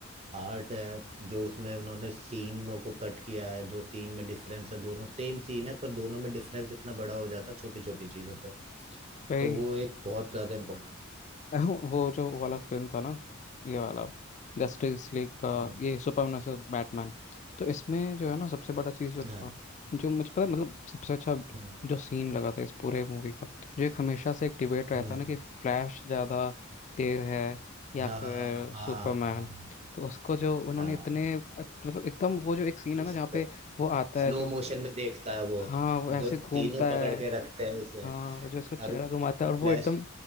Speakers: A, on the right; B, on the left.
A: आर्ट है जो उसमें उन्होंने सीनों को कट किया है जो सीन में डिफरेंस है दोनों सेम सीन है पर दोनों में डिफरेंस इतना बड़ा हो जाता है छोटी छोटी चीजों से
B: वही
A: तो वो एक बहुत ज्यादा इम्पोर्टेंट
B: <laughs> वो जो वाला फिल्म था ना ये वाला जस्टिस लीग का
A: हम्म
B: ये सुपरमैन वर्सेस बैटमैन तो इसमें जो है ना सबसे बड़ा चीज़ जो था
A: हाँ
B: जो मुझे पता है, मतलब सबसे अच्छा
A: हम्म
B: जो सीन लगा था इस पूरे मूवी का जो एक हमेशा से एक डिबेट रहता
A: हम्म,
B: है ना कि फ्लैश ज़्यादा तेज है या
A: हाँ
B: फिर
A: हाँ
B: सुपरमैन
A: हाँ
B: तो उसको जो उन्होंने
A: हाँ।
B: इतने अच्छ- मतलब एकदम वो जो एक सीन है
A: उस
B: ना जहाँ पे
A: पे
B: वो आता
A: स्लो
B: है जो
A: मोशन में देखता है वो
B: हाँ वो ऐसे
A: जो
B: घूमता
A: तीनों
B: है
A: पकड़ के रखते हैं उसे
B: हाँ वो जो उसका चेहरा
A: और
B: घुमाता है और वो
A: फ्लैश
B: एकदम